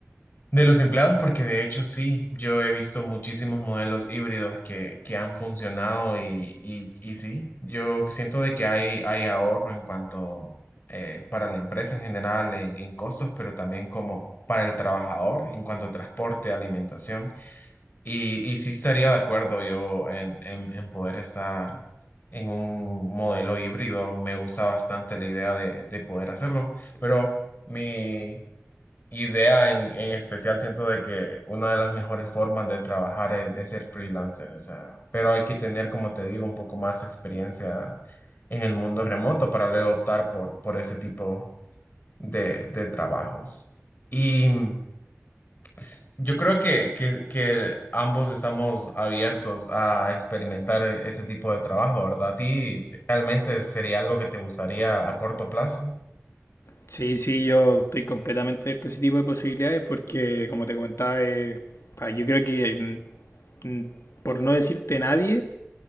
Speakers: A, on the left; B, on the left.
A: de los empleados, porque de hecho sí, yo he visto muchísimos modelos híbridos que, que han funcionado y, y, y sí, yo siento de que hay, hay ahorro en cuanto eh, para la empresa en general en, en costos, pero también como para el trabajador en cuanto a transporte, alimentación. Y, y sí estaría de acuerdo yo en, en, en poder estar en un modelo híbrido. Me gusta bastante la idea de, de poder hacerlo, pero mi idea en, en especial, siento de que una de las mejores formas de trabajar es, es ser freelancer, o sea, pero hay que tener, como te digo, un poco más experiencia en el mundo remoto para luego optar por, por ese tipo de, de trabajos. Y mm, s- yo creo que, que, que ambos estamos abiertos a experimentar e- ese tipo de trabajo, ¿verdad? ¿A ti realmente sería algo que te gustaría a corto plazo?
B: Sí, sí, yo estoy completamente abierto a ese tipo de posibilidades porque, como te comentaba, eh, ah, yo creo que mm, mm, por no decirte nadie,